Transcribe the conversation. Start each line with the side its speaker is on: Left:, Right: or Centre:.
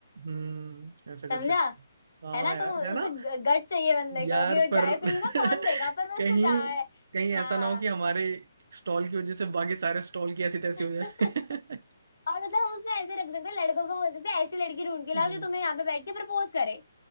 Right: हम्म ऐसा
Left: समझा
Right: कर सकते हैं हाँ
Left: है ना
Right: यार
Left: तो
Right: है ना
Left: उसे गट चाहिए बंदे को
Right: यार
Left: कि वो
Right: पर
Left: जाए फ्री
Right: <laughs>
Left: में कौन देगा पर वो
Right: कहीं
Left: उसको जाए
Right: कहीं ऐसा
Left: हाँ
Right: ना हो कि हमारे स्टॉल की वजह से बाकी सारे स्टॉल की ऐसी तैसी
Left: <laughs>
Right: हो जाए <laughs>
Left: और मतलब हम उसमें ऐसे रख सकते हैं लड़कों को बोल सकते हैं ऐसी लड़की ढूंढ के लाओ
Right: हम्म,
Left: जो तुम्हें यहाँ पे बैठ के प्रपोज करे